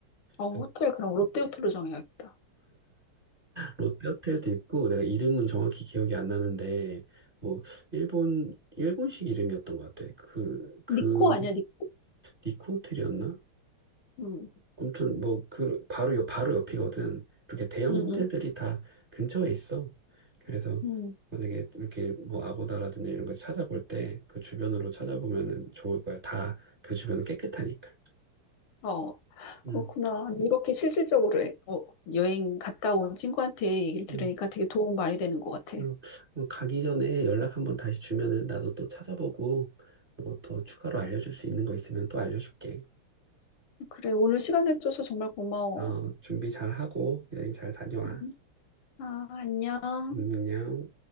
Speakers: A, on the left (about 80°); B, on the right (about 35°).
A: 어,
B: 그래서
A: 호텔 그럼 롯데 호텔로 정해야겠다.
B: 롯데 호텔도 있고, 내가 이름은 정확히 기억이 안 나는데, 뭐, 일본, 일본식 이름이었던 것 같아. 그, 그,
A: 니코 아니야, 니코?
B: 니코 호텔이었나?
A: 음,
B: 아무튼 뭐 그 바로 옆 바로 옆이거든. 이렇게 대형
A: 음,
B: 호텔들이
A: 음,
B: 다 근처에 있어. 그래서
A: 음.
B: 만약에 이렇게 뭐 아고다라든지 이런 거 찾아볼 때 그 주변으로 찾아보면은 좋을 거야. 다 그 주변은 깨끗하니까.
A: 어,
B: 음,
A: 그렇구나. 근데 이렇게 실질적으로 어, 여행 갔다 온 친구한테 얘기를 들으니까
B: 음.
A: 되게 도움 많이 되는 것 같아.
B: 어, 어, 가기 전에 연락 한번 다시 주면은 나도 또 찾아보고 뭐 더 추가로 알려줄 수 있는 거 있으면 또 알려줄게.
A: 그래, 오늘 시간 내줘서 정말 고마워.
B: 어, 준비 잘 하고 여행 잘 다녀와.
A: 음, 아, 안녕.
B: 음, 안녕.